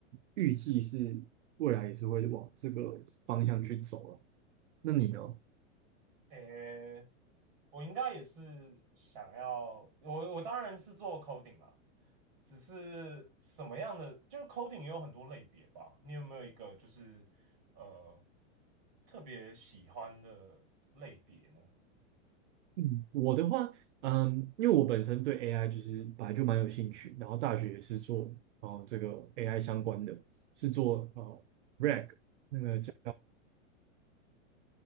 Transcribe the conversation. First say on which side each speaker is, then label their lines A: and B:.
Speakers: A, on the right; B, on the right.
A: 预计是未来也是会往这个方向去走了。那你呢？
B: 诶，我应该也是想要，我我当然是做 coding 啦，只是什么样的，就 coding 也有很多类别吧。你有没有一个就是呃特别喜欢的类别呢？
A: 嗯，我的话，嗯，因为我本身对 AI 就是本来就蛮有兴趣，然后大学也是做哦、呃、这个 AI 相关的，是做呃 RAG 那个叫。